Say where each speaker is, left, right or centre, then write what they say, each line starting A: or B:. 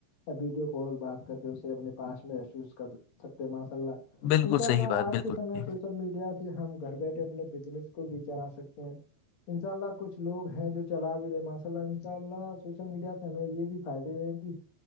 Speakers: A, on the left; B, on the left.
A: یا ویڈیو کال بات کر کے اس اپنے پاس محسوس کر سکتے ماشاء اللہ
B: بالکل
A: ان شاء
B: صحیح
A: اللہ
B: بات
A: آج
B: بالکل
A: کے سمے
B: صحیح۔
A: سوشل میڈیا سے ہم گھر بیٹھے اپنے بزنس کو بھی چلا سکتے ہیں انشاء اللہ کچھ لوگ ہیں جو چلا بھی رہے ماشاء اللہ ان شاء اللہ سوشل میڈیا سے ہمیں یہ بھی فائدے یہ ہیں کہ